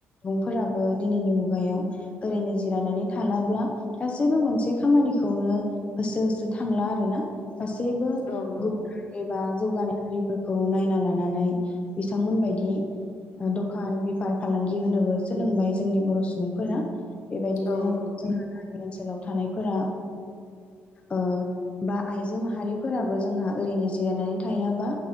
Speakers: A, on the left; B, on the left.
A: सुबुंफोराबो दिनैनि मुगायाव ओरैनो जिरायनानै थालाब्ला गासैबो मोनसे खामानिखौनो होसो होसो थांला आरोना गासैबो
B: औ नंगौ
A: गुबुन एबा जौगानाय हारिफोर खौ नायना लानानै बिथांमोनबादि ओ दखान बे फार फालांगि होनोबो सोलोंबाय जोंनि बर' सुबुंफोरा बेबायदिनो
B: औ नंगौ
A: जों ओनसोलाव थानायफोरा ओ बा आइजो माहारिफोराबो जोंहा ओरैनो जिरायनानै थायाबा